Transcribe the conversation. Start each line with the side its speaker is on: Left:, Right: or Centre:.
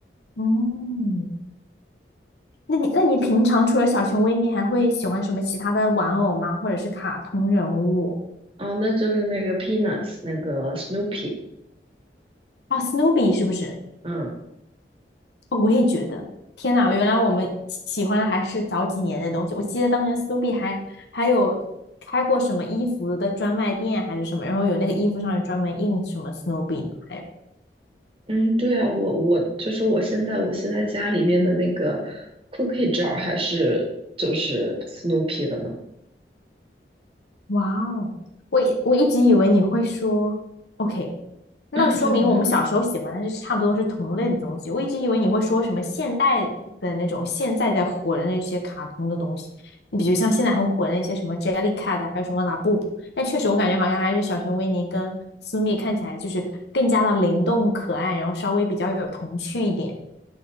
Left: 嗯，那你那你平常除了小熊维尼，还会喜欢什么其他的玩偶吗？或者是卡通人物？
Right: 啊，那就是那个 Peanuts 那个 Snoopy，
Left: 哦，Snoopy 是不是？
Right: 嗯，
Left: 哦，我也觉得。天哪，
Right: 对，
Left: 原来我们喜欢的还是早几年的东西。我记得当年 Snoopy 还还有开过什么衣服的专卖店还是什么，然后有那个衣服上有专门印什么 Snoopy 呢？还有，
Right: 嗯，对啊，我我就是我现在我现在家里面的那个 cookie jar 还是就是 Snoopy 的呢，
Left: 哇哦，我以我一直以为你会说 OK，那说明我们小时候喜欢的是差不多是同类的东西。
Right: <laughs>
Left: 我一直以为你会说什么现代的那种现在在火的那些卡通的东西，你比如像现在很火的那些什么 Jellycat，啊还有什么拉布布。但确实我感觉好像还是小熊维尼跟苏蜜看起来就是更加的灵动可爱，然后稍微比较有童趣一点。